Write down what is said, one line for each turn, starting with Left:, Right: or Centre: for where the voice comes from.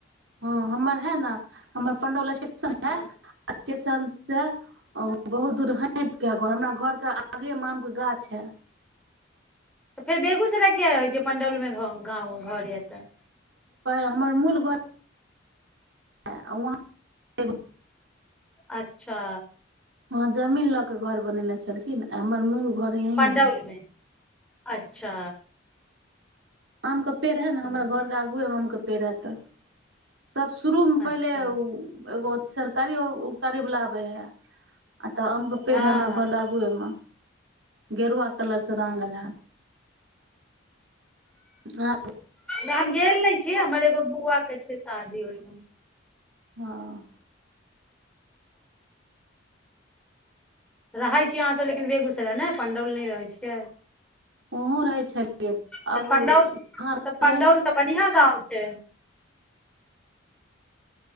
Right: हँ हमर है ने हमर पणडव लक्ष्मी <unintelligible> समय
Centre: हँ
Right: <inaudible> स्टेशन सँ बहुत दूर हटिकेँ हमरा घर केँ आगाँ आम केँ गाछ अछि।
Centre: फेर बेगूसराय किया रहैत छियैक पंडौलमे घर अछि तऽ।
Right: हमर मूल घर वहाँ <inaudible>
Centre: अच्छा।
Right: वहाँ जमीन लऽ केँ घर बनेने छलखिन। हमर मूल घर यही
Centre: पंडौल
Right: है।
Centre: मे अच्छा
Right: आम क पेड़ है ने हमरा
Centre: हँ
Right: घरकेँ आगुए मे। पे रह तऽ <unintelligible> त शुरू मे
Centre: अच्छा
Right: पहिले एगो सरकारी बला आबैत अछि। आ तऽ आम केँ पेड़
Centre: हँ
Right: अछि हमरा
Centre: हँ
Right: घरकेँ आगुए मे। गेरुआ कलर से रंगग
Centre: हँ
Right: एल है हँ
Centre: हम गेल ने छी हमर एगो बौआ के शादी होइ
Right: हँ
Centre: रहै छीियै अहाँसभ लेकिन बेगूसराय ने पंडौल नहि रहै छियै
Right: वहहो रहै छलियै
Centre: तऽ
Right: आब
Centre: पंडौल
Right: वहाँरहिये
Centre: तऽ पंडौल तऽ बढ़िआँ गाँव छै